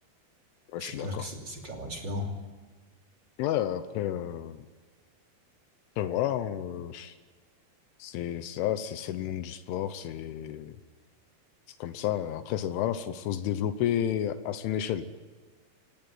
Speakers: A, on the left (about 80°); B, on the right (about 30°).
A: Ouais,
B: C'est
A: je suis
B: clair
A: d'accord.
B: que c'est c'est clairement différent.
A: Ouais, après, euh, Après, voilà, hein, euh, c'est ça, c'est c'est le monde du sport, c'est c'est comme ça. Après, ça, voilà, faut, faut se développer à son échelle.